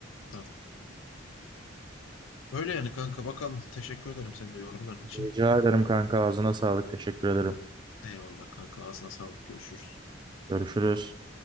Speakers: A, on the left; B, on the right.
A: Tabii. Öyle yani kanka bakalım. Teşekkür ederim senin de yorumların için.
B: Rica ederim kanka ağzına sağlık. Teşekkür ederim.
A: Eyvallah kanka ağzına sağlık. Görüşürüz.
B: Görüşürüz.